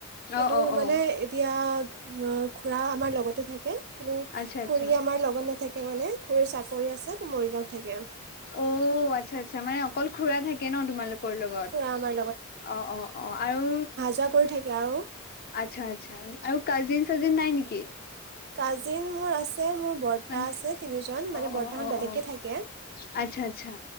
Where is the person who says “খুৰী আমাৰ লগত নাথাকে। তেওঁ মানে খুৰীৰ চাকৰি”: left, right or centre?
Right